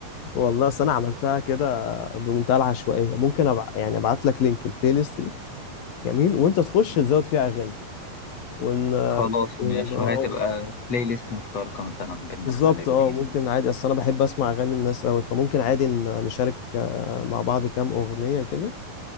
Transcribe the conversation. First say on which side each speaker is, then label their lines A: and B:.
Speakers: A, on the left; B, on the left.
A: والله أصل انا عملتها كده بمنتهى العشوائيه ممكن أبع... يعني ابعت لك لينك البلاي ليست دي جميل وانت تخش تزود فيها اغاني ون...
B: خلاص
A: ونبقى
B: ماشي وهتبقى
A: أهو-
B: بلاي ليست مشتركة مثلا بينا
A: بالظبط
B: إحنا الاتنين
A: اه ممكن عادي اصل انا بحب اسمع اغاني الناس قوي فممكن عادي ن- نشارك آه، مع بعض كام اغنيه كده